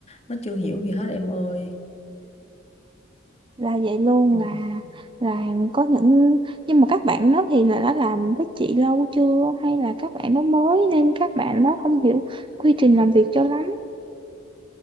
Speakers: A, on the left; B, on the right.
A: nó chưa hiểu gì hết em ơi.
B: Là vậy luôn
A: Ừ,
B: là là có những nhưng mà các bạn đó thì là đã làm với chị lâu chưa hay là các bạn đó mới nên các bạn đó không hiểu quy trình làm việc cho lắm.